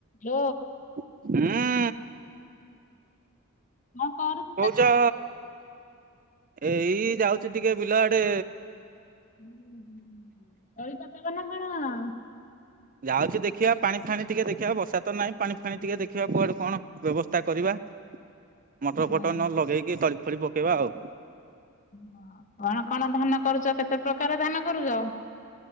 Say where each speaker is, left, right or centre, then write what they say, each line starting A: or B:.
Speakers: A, on the left; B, on the right.
A: ଲ
B: ହୁଁ,
A: ମୁଁ କରୁ
B: କହୁଚ, ଏଇ ଯାଉଚି ଟିକେ ବିଲ ଆଡେ।
A: ଉଁ, ହଁ ତଳି କାଟ କଲେ କଣ?
B: ଯାଉଛି ଦେଖିଆ, ପାଣି ଫାଣି ଟିକେ ଦେଖିବା ବର୍ଷା ତ ନାହିଁ ପାଣି ଫାଣି ଟିକେ ଦେଖିବା କୁଆଡୁ କଣ ବ୍ୟବସ୍ଥା କରିବା।
A: <inaudible>
B: ମଟର
A: ହଁ
B: ଫଟର ନ ଲଗେଇକି ତଳି ଫଳି ପକେଇବା ଆଉ।
A: <inaudible> କଣ କଣ ଧାନ କରୁଚ, କେତେ ପ୍ରକାର ଧାନ କରୁଚ?